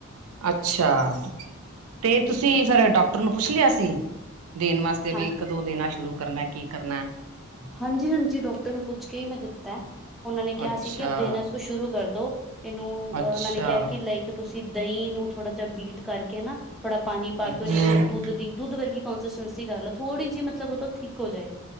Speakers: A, on the right; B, in the centre.
A: ਅੱਛਾ ਤੇ ਤੁਸੀਂ ਫੇਰ ਡਾਕਟਰ ਨੂੰ ਪੁੱਛ ਲਿਆ ਸੀ? ਦੇਣ ਵਾਸਤੇ
B: ਹਾਂ
A: ਵੀ ਕਦੋਂ ਦੇਣਾ ਸ਼ੁਰੂ ਕਰਨਾ ਕੀ ਕਰਨਾ।
B: ਹਾਂਜੀ-ਹਾਂਜੀ ਡੋਕਟਰ ਨੂੰ ਪੁੱਛ ਕੇ ਈ ਮੈਂ ਦਿੱਤਾ। ਉਹਨਾਂ ਨੇ ਕਿਆ
A: ਅੱਛਾ
B: ਸੀ ਕਿ ਅਬ ਦੇਨਾ ਇਸ ਕੋ ਸ਼ੁਰੂ ਕਰ ਦੋ। ਏਨੂੰ ਓਹਨਾਂ
A: ਅੱਛਾ
B: ਨੇ ਕਿਆ ਕਿ ਲਾਈਕ ਤੁਸੀਂ ਦਈ ਨੂੰ ਥੋੜਾ ਜਾ ਬੀਟ ਕਰਕੇ ਨਾ ਥੋੜਾ ਪਾਣੀ ਪਾ
A: ਅੱਛਾ
B: ਕੇ ਓਰੀ ਦੁੱਧ ਦੀ ਦੁੱਧ ਵਰਗੀ ਕੋਂਸਿਸਸੈਂਸੀ ਕਰ ਲੋ ਥੋੜ੍ਹੀ ਜੀ ਮਤਲਬ ਓਹ ਤੋਂ ਥਿੱਕ ਹੋ ਜਾਏ।